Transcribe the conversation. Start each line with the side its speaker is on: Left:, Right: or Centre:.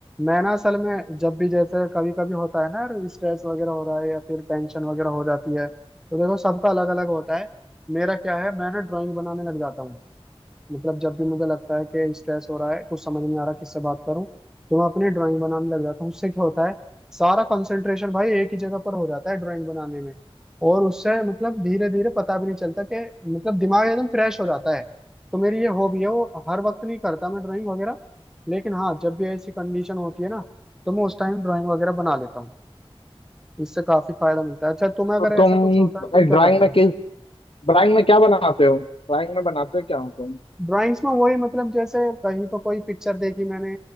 Centre: मैं ना असल में जब भी जैसे कभी कभी होता है ना यार स्ट्रेस वगैरह हो रहा है या फिर टेंशन वगैरह हो जाती है तो देखो सबका अलग अलग होता है मेरा क्या है मैं ना ड्राइंग बनाने लग जाता हूँ मतलब जब भी मुझे लगता है कि स्ट्रेस हो रहा है कुछ समझ नहीं आ रहा किससे बात करूं तो मैं अपनी ड्राइंग बनाने लग जाता हूँ उससे क्या होता है सारा कंसंट्रेशन भाई एक ही जगह पर हो जाता है ड्राइंग बनाने में और उससे मतलब धीरे धीरे पता भी नहीं चलता कि मतलब दिमाग एकदम फ्रेश हो जाता है तो मेरी ये हॉबी है वो हर वक्त नहीं करता मैं ड्राइंग वगैरह लेकिन हाँ जब भी ऐसी कंडीशन होती है ना तो मैं उस टाइम ड्राइंग वगैरह बना लेता हूँ इससे काफी फायदा मिलता है अच्छा तुम्हें अगर
Left: तो तुम
Centre: ऐसा कुछ होता है तुम क्या
Left: ड्राइंग
Centre: करते
Left: में
Centre: हो
Left: किस ड्राइंग में क्या बनाते हो ड्राइंग में बनाते क्या हो तुम
Centre: ड्राइंग्स में वही मतलब जैसे कहीं पर कोई पिक्चर देखी मैंने